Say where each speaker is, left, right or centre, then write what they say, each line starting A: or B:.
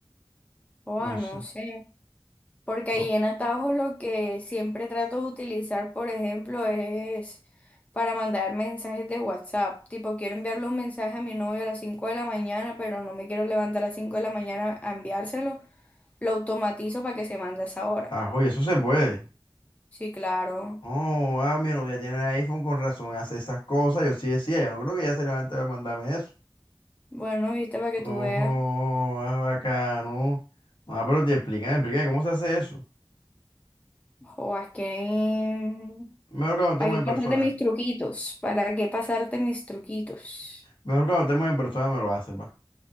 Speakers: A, on the left (about 15°); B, on the left (about 60°).
A: O ah,
B: No
A: no
B: sé.
A: sé. Porque
B: No.
A: ahí en Atajo lo que siempre trato de utilizar, por ejemplo, es para mandar mensajes de WhatsApp. Tipo, quiero enviarle un mensaje a mi novio a las 5 de la mañana, pero no me quiero levantar a las 5 de la mañana a enviárselo. Lo automatizo para que se mande a esa hora.
B: Ajo, y eso se puede.
A: Sí, claro.
B: Oh, ah, mi novia tiene iPhone con razón, hace esas cosas. Yo sí decía, yo no creo que ella se levante a mandarme eso.
A: Bueno, viste, para que
B: Ojo,
A: tú veas.
B: es bacano. Ah, pero te explícame explican cómo se hace eso.
A: O es que...
B: Mejor cuando estemos
A: ¿Para qué
B: en persona.
A: pasarte mis truquitos? ¿Para qué pasarte mis truquitos?
B: Mejor cuando estemos en persona me lo haces, va.